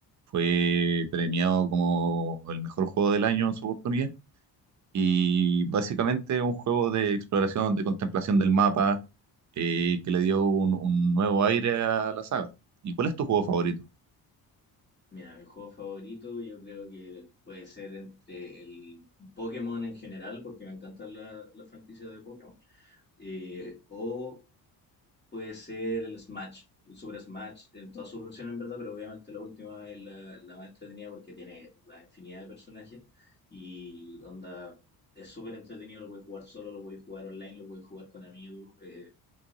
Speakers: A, on the right; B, on the left.
A: Fue premiado como el mejor juego del año en su oportunidad. Y básicamente un juego de exploración, de contemplación del mapa, eh, que le dio un, un nuevo aire a la saga. ¿Y cuál es tu juego favorito?
B: Mira, mi juego favorito yo creo que puede ser entre el Pokémon en general, porque me encantan la- las franquicias de Pokémon, eh, o puede ser el Smash, el Super Smash, en todas sus versiones en verdad, pero obviamente la última es la, la más entretenida porque tiene una infinidad de personajes y onda, es súper entretenido, lo podéis jugar solo, lo podéis jugar online, lo podéis jugar con amigos, eh,